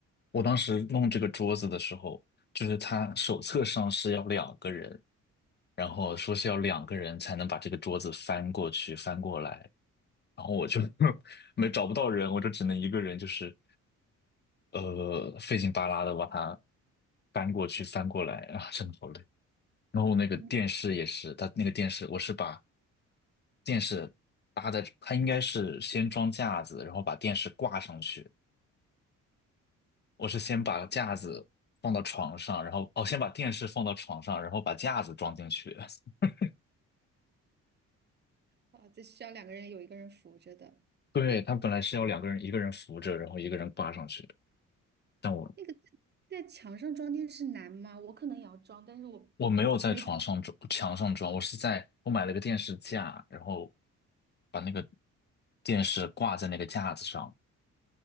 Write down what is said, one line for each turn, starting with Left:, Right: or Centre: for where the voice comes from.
Left: 我当时弄这个桌子的时候，就是他手册上是要两个人，然后说是要两个人才能把这个桌子翻过去、翻过来，然后我就 <laughs> 没找不到人，我就只能一个人，就是呃费劲巴拉的把它翻过去、翻过来啊，真的好累。然后那个电视也是，
Right: 嗯，
Left: 它那个电视，我是把电视搭在，它应该是先装架子，然后把电视挂上去。我是先把架子放到床上，然后哦，先把电视放到床上，然后把架子装进去。<laughs>
Right: 啊，这需要两个人有一个人扶着的。
Left: 对，它本来是要两个人，一个人扶着，然后一个人挂上去。但我
Right: 那个在墙上装电视难吗？我可能也要装，但是我
Left: 我没有在床上装，
Right: 没装
Left: 墙上装，我是在我买了个电视架，然后把那个电视挂在那个架子上，